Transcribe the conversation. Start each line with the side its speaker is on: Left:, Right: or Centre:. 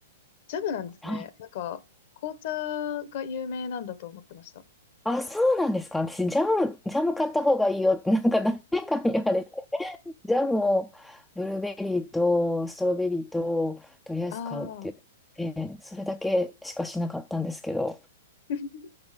Left: ジャムなんですね。
Centre: はい。
Left: なんか、紅茶が有名なんだと思ってました。
Centre: あ、そうなんですか。私、ジャム、ジャム買った方がいいよって、なんか誰かに言われてジャムをブルーベリーとストロベリーととりあえず買うって言って、
Left: ああ。
Centre: それだけしかしなかったんですけど、
Left: <laughs>